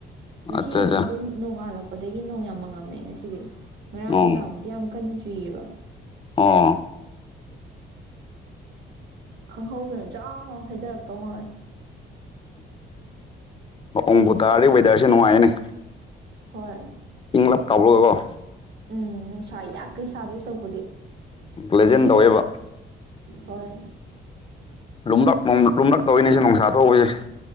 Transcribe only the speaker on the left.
ꯑꯠꯆꯥ ꯑꯠꯆꯥ
ꯑꯣ
ꯑꯣ
ꯅꯣꯡꯕꯨ ꯇꯥꯔꯗꯤ ꯋꯦꯗꯔꯁꯤ ꯅꯨꯡꯉꯥꯏꯅꯦ
ꯏꯪꯂꯞ ꯇꯧꯕꯗꯨꯑꯣ
ꯂꯦꯖꯦꯟ ꯇꯧꯋꯦꯕ
ꯂꯨꯝꯂꯛ ꯅꯣꯡ ꯂꯨꯝꯂꯛ ꯇꯧꯋꯤꯅꯦ ꯁꯤ ꯅꯨꯡꯁꯥ ꯊꯧꯕꯁꯦ